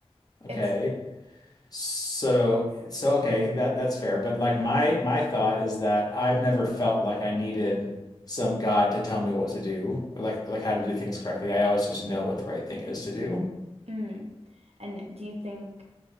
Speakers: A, on the left (about 35°); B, on the right (about 70°).
A: Okay.
B: It's
A: So so okay, that that's fair. But like my my thought is that I've never felt like I needed some God to tell me what to do or like like how to do things correctly. I always just know what the right thing is to do.
B: mm. And do you think